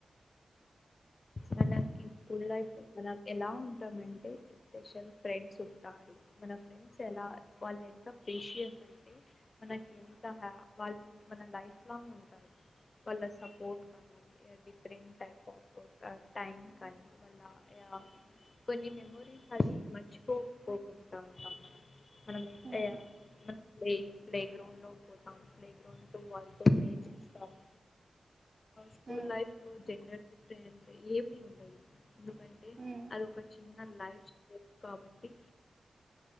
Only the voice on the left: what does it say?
మనకి స్కూల్ లైఫ్ మన ఎలా ఉంటామంటే స్పెషల్ ఫ్రెండ్స్ ఉంటారు మన ఫ్రెండ్స్ ఎలా వాళ్ళు ఎంత పేషియస్ అంటే మనకి ఎంత వాళ్ళు మన లైఫ్ లాంగ్ ఉంటారు వాళ్ళ సపోర్ట్ కానీ డిఫరెంట్ టైప్ ఆఫ్ టైమ్ కానీ వాళ్ళ కొన్ని మెమోరీస్ కానీ మర్చిపోపోకుంట ఉంటాం మనం మనం
ఏ మన ప్లే ప్లే గ్రౌండ్లో పోతాం ప్లే గ్రౌండ్తో వాళ్ళతో ప్లే చేస్తాము స్కూల్
లైఫ్లో జెండర్ డిఫరెన్స్ ఏమీ ఉండదు ఎందుకంటే
అది ఒక చిన్న లైఫ్ స్టైల్ కాబట్టి